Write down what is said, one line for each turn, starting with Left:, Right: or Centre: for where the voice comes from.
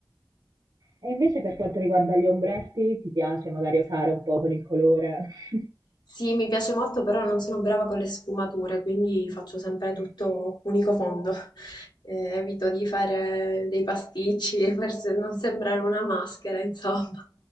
Right: E invece per quanto riguarda gli ombretti, ti piace magari osare un po' con il colore? <laughs>
Left: Sì, mi piace molto, però non sono brava con le sfumature, quindi faccio sempre tutto
Right: Mm.
Left: unico fondo. <laughs> Eh, evito di fare dei pasticci <laughs> per se- non sembrare una maschera, insomma.